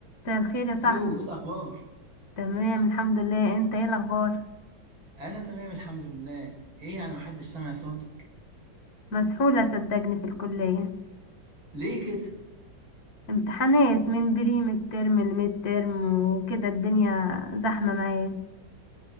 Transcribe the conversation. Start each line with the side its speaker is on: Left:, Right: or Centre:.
Left: مساء الخير يا صاحبي
Right: الو ايه الاخبار
Left: تمام الحمد لله انت ايه الاخبار
Right: انا تمام الحمد لله ايه يعني محدش سامع صوتك
Left: مسحولة صدقني في الكلية
Right: ليه كده
Left: امتحانات من بري ميد ترم لميد ترم وكده الدنيا زحمة معايا